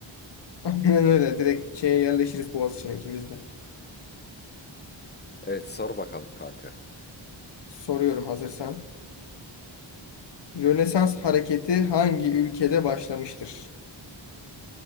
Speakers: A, on the left; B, on the left.
A: <laughs> Aynen öyle direkt şeye yerleşiriz Boğaziçi'ne ikimiz de.
B: Evet, sor bakalım kanka.
A: Soruyorum hazırsan. Rönesans hareketi hangi ülkede başlamıştır?